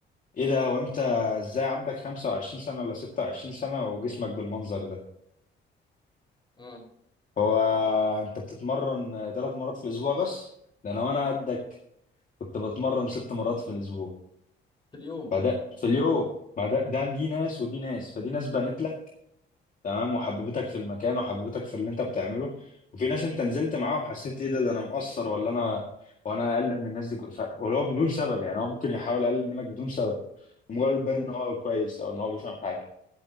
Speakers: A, on the left (about 40°); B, on the left (about 25°).
A: ايه ده هو انت ازاي عندك 25 سنه ولا 26 سنه وجسمك بالمنظر ده
B: اه
A: هو انت بتتمرن ثلاث مرات في الاسبوع بس ده انا وانا قدك كنت بتمرن ست مرات في الاسبوع
B: في اليوم
A: فده في اليوم ما ده ده دي ناس ودي ناس فدي ناس بنت لك تمام وحببتك في المكان وحببتك في اللي انت بتعمله وفي ناس انت نزلت معاهم حسيت ايه ده ده انا مقصر ولا انا وانا اقل من الناس دي ك- ف- ولو بدون سبب يعني هو ممكن يحاول يقلل منك بدون سبب مجرد باين
B: مم.
A: ان هو كويس او ان هو بيفهم حاجه